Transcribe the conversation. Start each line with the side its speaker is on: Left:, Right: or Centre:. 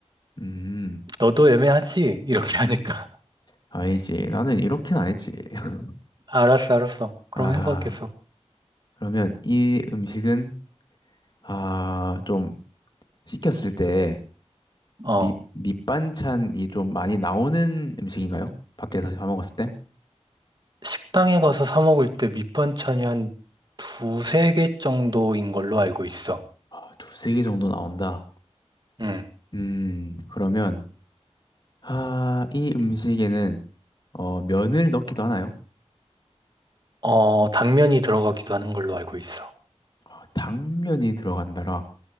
Left: 음,
Right: 너도 애매하지? 이렇게 하니까.
Left: 아니지. 나는 이렇게는 아니지. <laughs>
Right: <laughs> 알았어, 알았어. 그럼
Left: 아,
Right: 해봐, 계속.
Left: 그러면 이 음식은, 아, 좀 시켰을 때
Right: 어.
Left: 밑, 밑반찬이 좀 많이 나오는 음식인가요? 밖에서 사 먹었을 때?
Right: 식당에 가서 사 먹을 때 밑반찬이 한 두세 개 정도인 걸로 알고 있어.
Left: 아, 두세 개 정도 나온다.
Right: 응.
Left: 음, 그러면, 아, 이 음식에는, 어, 면을 넣기도 하나요?
Right: 어, 당면이 들어가기도 하는 걸로 알고 있어.
Left: 아, 당면이 들어간다라.